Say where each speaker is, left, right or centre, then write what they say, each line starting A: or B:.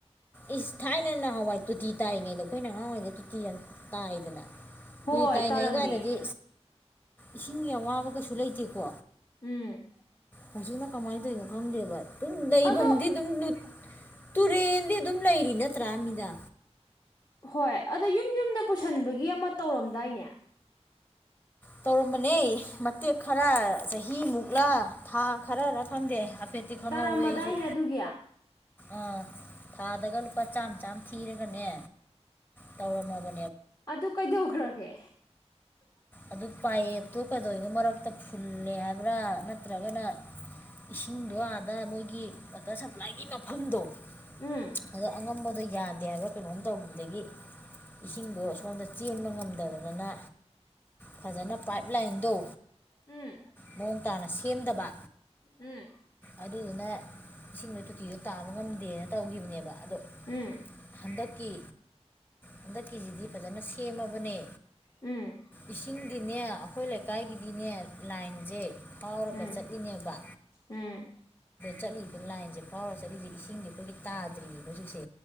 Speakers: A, on the left; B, on the left.
A: ꯏꯁ ꯊꯥꯏꯅ ꯅꯍꯥꯟꯋꯥꯏ ꯇꯣꯇꯤ ꯇꯥꯏꯉꯩꯗ ꯑꯩꯈꯣꯏꯅ ꯑꯉꯥꯡꯔꯤꯉꯩꯗ ꯇꯣꯇꯤ ꯌꯥꯝ ꯇꯥꯏꯗꯅ
B: ꯍꯣꯏ
A: ꯎ ꯇꯥꯏꯅꯩꯀꯥꯟꯗꯗꯤ
B: ꯇꯥꯔꯝꯃꯦ
A: ꯏꯁꯤꯡꯒꯤ ꯑꯋꯥꯕ ꯀꯩꯁꯨ ꯂꯩꯇꯦꯀꯣ
B: ꯎꯝ
A: ꯃꯁꯤꯅ ꯀꯃꯥꯏꯅ ꯇꯧꯔꯤꯅꯣ ꯈꯪꯗꯦꯕ ꯑꯗꯨꯝ ꯂꯩꯐꯝꯗꯤ
B: ꯑꯗꯣ
A: ꯑꯗꯨꯝ ꯇꯨꯔꯦꯟꯗꯤ ꯑꯗꯨꯝ ꯂꯩꯔꯤ ꯅꯠꯇ꯭ꯔꯥ ꯃꯤꯗ
B: ꯍꯣꯏ ꯑꯗꯣ ꯌꯨꯝ ꯌꯨꯝꯗ ꯄꯨꯁꯟꯕꯒꯤ ꯑꯃ ꯇꯧꯔꯝꯗꯥꯏꯅꯦ
A: ꯇꯧꯔꯝꯕꯅꯦ ꯃꯇꯦꯛ ꯈꯔ ꯆꯍꯤꯃꯨꯛꯂ ꯊꯥ ꯈꯔꯔ ꯈꯪꯗꯦ ꯍꯥꯏꯐꯦꯠꯇꯤ ꯈꯪꯍꯧꯋꯦ
B: ꯇꯥꯔꯃꯗꯥꯏꯅꯦ
A: ꯑꯩꯁꯨ
B: ꯑꯗꯨꯒꯤ
A: ꯑꯥ ꯊꯥꯗꯒ ꯂꯨꯄꯥ ꯆꯥꯝꯃ ꯆꯥꯝ ꯊꯤꯔꯒꯅꯦ ꯇꯧꯔꯝꯃꯕ
B: ꯑ ꯑꯗꯨ ꯀꯩꯗꯒ꯭ꯔꯣꯒꯦ
A: ꯑꯗꯨ ꯄꯥꯏꯞꯇꯨ ꯀꯩꯗꯧꯉꯩ ꯃꯔꯛꯇ ꯐꯨꯜꯂꯦ ꯍꯥꯏꯕ꯭ꯔꯥ ꯅꯠꯇ꯭ꯔꯒꯅ ꯏꯁꯤꯡꯗꯣ ꯑꯥꯗ ꯃꯣꯏꯒꯤ ꯋꯥꯇꯔ ꯁꯄ꯭ꯂꯥꯏꯒꯤ ꯃꯐꯝꯗꯣ
B: ꯎꯝ
A: ꯑꯗꯣ ꯑꯉꯝꯕꯗꯣ ꯌꯥꯗ ꯑꯗꯤꯌꯥꯒ ꯀꯩꯅꯣꯝ ꯇꯧꯕꯗꯒꯤ ꯏꯁꯤꯡꯗꯣ ꯁꯣꯝꯗ ꯆꯦꯟꯕ ꯉꯝꯗꯗꯗꯅ ꯐꯖꯅ ꯄꯥꯏꯞ ꯂꯥꯏꯟꯗꯣ
B: ꯎꯝ
A: ꯃꯑꯣꯡ ꯇꯥꯅ ꯁꯦꯝꯗꯕ
B: ꯎꯝ
A: ꯑꯗꯨꯗꯨꯅ ꯏꯁꯤꯡꯗꯣ ꯇꯣꯇꯤꯗꯣ ꯇꯥꯕ ꯉꯝꯗꯦꯅ ꯇꯧꯈꯤꯕꯅꯦꯕ ꯑꯗꯣ
B: ꯎꯝ
A: ꯍꯟꯗꯛꯀꯤ ꯍꯟꯗꯛꯀꯤꯁꯤꯗꯤ ꯐꯖꯅ ꯁꯦꯝꯃꯕꯅꯦ
B: ꯎꯝ
A: ꯏꯁꯤꯡꯒꯤꯗꯤꯅꯦ ꯑꯩꯈꯣꯏ ꯂꯩꯀꯥꯏꯒꯤꯗꯤꯅꯦ ꯂꯥꯏꯟꯁꯦ ꯐꯥꯎꯔꯒ
B: ꯎꯝ
A: ꯆꯠꯂꯤꯅꯦꯕ
B: ꯎꯝ <inaudible>
A: ꯆꯂꯤ ꯂꯥꯏꯟꯁꯦ ꯐꯥꯎꯔ ꯆꯠꯂꯤꯁꯦ ꯏꯁꯤꯡꯁꯦ ꯑꯩꯈꯣꯏꯒꯤ ꯇꯥꯗ꯭ꯔꯤꯑ ꯍꯧꯖꯤꯛꯁꯦ